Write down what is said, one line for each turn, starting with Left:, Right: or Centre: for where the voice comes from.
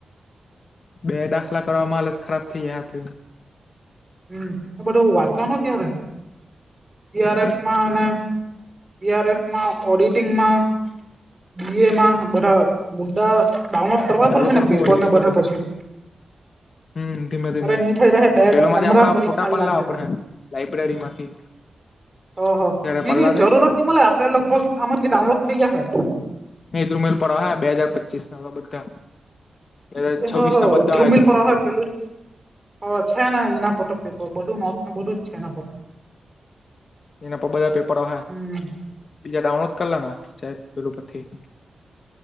Left: બે દાખલા કરવામાં હાલત ખરાબ થઈ જાય આપણી.
Right: હમ આ બધું વાંચવાનું ક્યારે સીઆરએફમાં
Left: હમ
Right: અને સીઆરએફમાં, ઓડિટિંગમાં બીએમાં બધા મુદ્દા ડાઉનલોડ કરવા
Left: ચાલુ
Right: પડ હે
Left: કર
Right: ને,
Left: હું
Right: પેપર
Left: વળી
Right: ને
Left: ધીમે
Right: બધા
Left: ધીમે
Right: પછી
Left: હમ ધીમે ધીમે
Right: અરે ની થઈ રહે, બે
Left: પેલો
Right: હમરા
Left: આપડા
Right: પરીક્ષા
Left: ફોટા
Right: આવી
Left: પડેલા,
Right: લાગશે
Left: આપડે લાઈબ્રેરી માંથી
Right: હ, હ,
Left: ત્યારે પલ્લા
Right: જરૂરત
Left: તે
Right: ન બલે આપે, લગભગ આમામાંથી ડાઉનલોડ થઈ જયા હો.
Left: મેદુમલ પર બે હાજાર પચીસ ના બધા. એ છવ્વીસ
Right: હ હ
Left: ના બધા
Right: ધ્રુમિલ
Left: હતા, ઉમેર પર.
Right: પેલું હ છે ને, એના પતક પેપર બધું નતુ બધું જ છે, એના પ
Left: એના બધા પેપરો
Right: હમ
Left: બીજા ડાઉનલોડ કરો લેના ચજીપિથી પથી